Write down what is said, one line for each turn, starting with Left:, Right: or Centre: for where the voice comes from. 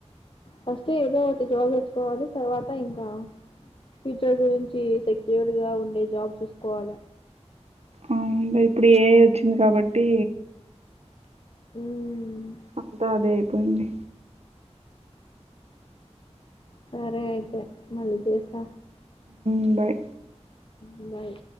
Left: ఫస్ట్ ఏదో ఒకటి జాబ్ తెచ్చుకోవాలి తర్వాత ఇంకా ఫ్యూచర్ గురించి సెక్యూర్ గా ఉండే జాబ్ చూసుకోవాల
Right: అవును లే ఇప్పుడు ఏఐ వచ్చింది కాబట్టి
Left: ఉమ్,
Right: అంత అదే అయిపోయింది
Left: సరే అయితే మళ్ళీ చేస్తా
Right: బై
Left: ఉ బాయ్